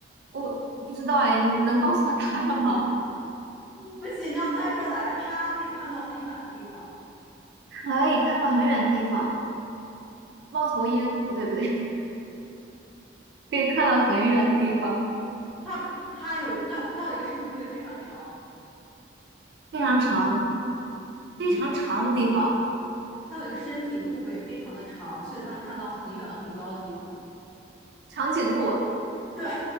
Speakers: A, on the right; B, in the centre.
A: 我不知道哎，你能告诉我答案吗？
B: 不行，你要猜出来，它可以看到很远的地方，
A: <laughs> 可以看到很远地方，猫头鹰，不对不对，<laughs> 可以看到很远地方，
B: 它它有它它有一个身体部位非常长，
A: 非常长，非常长的地方，
B: 嗯，它有一个身体部位非常的长，所以它能看到很远很高的地方。
A: 长颈鹿啊，
B: 对，